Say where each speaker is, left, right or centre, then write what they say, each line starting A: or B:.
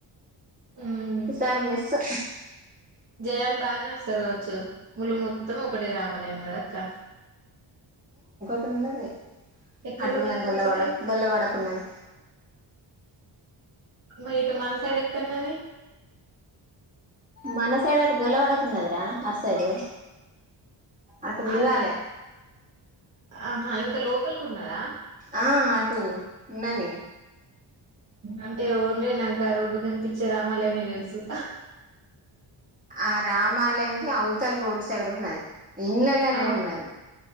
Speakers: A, on the right; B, on the right.
A: ఉమ్
B: ఇ సారి మిస్సూ
A: జనాలు బానే వస్తారు కావచ్చు ములుగు మొత్తం ఒక్కటే రామాలయం గద అక్క
B: టున్నది
A: ఎక్కడున్నది
B: అటు ఉన్నది
A: ఇంకొకటి
B: గొల్లవాడకు గొల్లవాడకు ఉన్నది
A: మ ఇటు మన సైడ్ ఎక్కన్నాది
B: మన సైడ్ అటు గొల్ల వాడకు ఉన్నది రా అటు సైడు అటు తిరగాలే
A: అదే ఆహ ఇం త లోపలికి ఉన్నద
B: ఆ అటుూ ఉన్నది
A: అంటే ఎవరు నాకా రోడ్డు కనిపించే రామాలేమ తెలుసు
B: ఆ రామాలయంకి అవతల్ రోడ్ సైడ్ ఉన్నది ఇండ్లలోనే
A: అవు
B: ఉన్నది